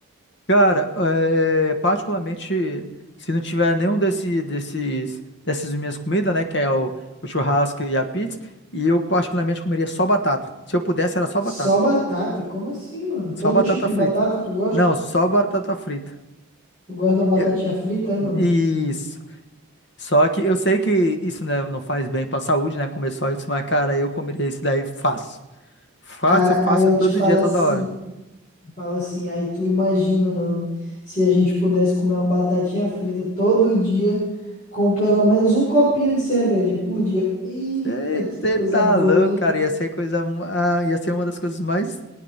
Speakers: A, on the left; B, on the left.
A: Cara, é, particularmente, se não tiver nenhum desse, desses, dessas minhas comidas, né, que é o, o churrasco e a pizza, e eu particularmente comeria só batata. Se eu pudesse, era só
B: Só
A: batata.
B: batata? Como assim, mano? Todo
A: Só batata
B: tipo de
A: frita.
B: batata tu gosta?
A: Não, só batata frita.
B: Tu gosta de uma batatinha
A: Eu-
B: frita, é, mano?
A: Isso. Só que eu sei que isso, né, não faz bem pra saúde, né, comer só isso, mas, cara, eu comeria isso daí fácil. Fácil,
B: Cara,
A: fácil,
B: aí eu
A: todo
B: te falo
A: dia, toda
B: assim,
A: hora.
B: falo assim, aí tu imagina, mano, se a gente pudesse comer uma batatinha frita todo dia com pelo menos um copinho de cerveja por dia. Eita,
A: Eita,
B: que coisa
A: tá
B: boa,
A: louco,
B: hein?
A: cara. Ia ser coisa, uma- ah, ia ser uma das coisas mais